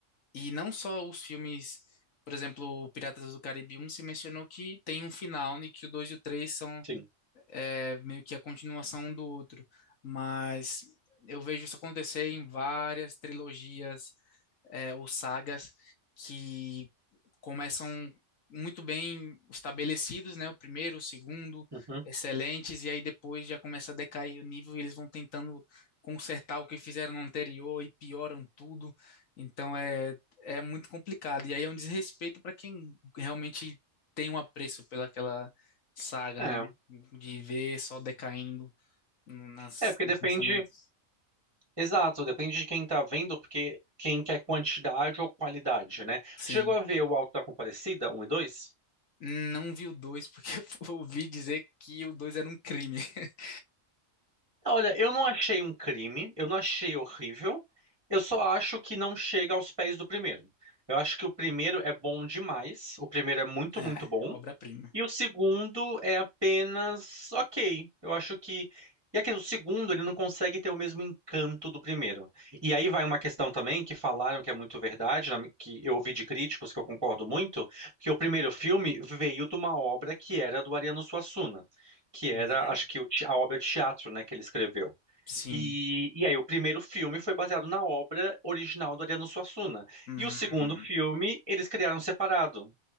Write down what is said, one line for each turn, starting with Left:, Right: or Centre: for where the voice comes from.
Left: e não só os filmes, por exemplo, Piratas do Caribe um se mencionou que tem um final, né que o 2 e o 3 são
Right: Sim.
Left: é, meio que a continuação um do outro. Mas eu vejo isso acontecer em várias trilogias é, ou sagas que começam muito bem estabelecidos, né? O primeiro, o segundo,
Right: Uhum.
Left: excelentes, e aí depois já começa a decair o nível e eles vão tentando consertar o que fizeram no anterior e pioram tudo. Então é, é muito complicado. E aí é um desrespeito para quem realmente tem um apreço pelaquela saga,
Right: É.
Left: né? De ver só decaindo nas,
Right: É, porque
Left: nos
Right: depende.
Left: lançamentos.
Right: Exato, depende de quem tá vendo, porque quem quer quantidade ou qualidade, né?
Left: Sim.
Right: Tu chegou a ver o Alto da Compadecida, um e 2?
Left: Não vi o 2, porque <laughs> eu ouvi dizer que o 2 era um crime. <laughs>
Right: Olha, eu não achei um crime, eu não achei horrível, eu só acho que não chega aos pés do primeiro. Eu acho que o primeiro é bom demais, o primeiro é muito, muito
Left: É,
Right: bom.
Left: obra-prima.
Right: E o segundo é apenas ok. Eu acho que. E aqui, o segundo, ele não consegue ter o mesmo encanto do primeiro. E aí vai uma questão também que falaram que é muito verdade, na mi- que eu ouvi de críticos, que eu concordo muito, que o primeiro filme veio de uma obra que era do Ariano Suassuna, que era,
Left: Uhum.
Right: acho que, o te- a obra de teatro, né, que ele escreveu.
Left: Sim.
Right: E, e aí o primeiro filme foi baseado na obra original do Ariano Suassuna.
Left: Hum,
Right: E o segundo filme, eles criaram separado.